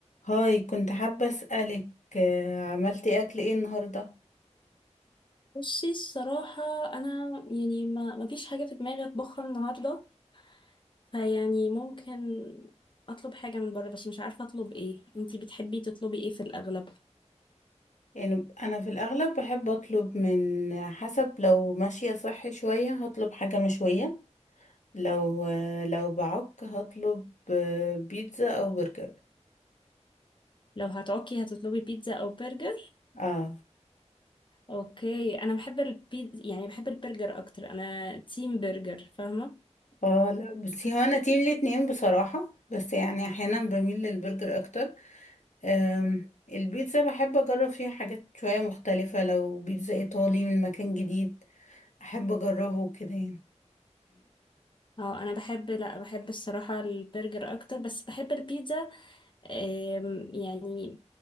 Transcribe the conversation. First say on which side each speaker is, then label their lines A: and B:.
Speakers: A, on the left; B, on the left.
A: هاي كنت حابة أسألك آه، عملتي أكل إيه النهاردة؟
B: بصي الصراحة أنا يعني ما ما فيش حاجة في دماغي أطبخها النهاردة فيعني ممكن أطلب حاجة من بره بس مش عارفة أطلب إيه أنتي بتحبي تطلبي إيه في الأغلب
A: يعني أنا في الأغلب بحب أطلب من حسب لو ماشية صحي شوية هطلب حاجة مشوية لو آه، لو بعك هطلب آه، بيتزا أو برجر
B: لو هتعكي هتطلبي بيتزا أو برجر
A: اه
B: أوكي أنا بحب البيتزا يعني بحب البرجر أكتر أنا تيم برجر فاهمة
A: اه لا بس هو أنا تيم الاتنين بصراحة بس يعني أحيانا بميل للبرجر أكتر آم، البيتزا بحب أجرب فيها حاجات شوية مختلفة لو بيتزا إيطالي من مكان جديد أحب أجربه كده يعني
B: اه انا بحب لا بحب الصراحة البرجر اكتر بس بحب البيتزا أم، يعني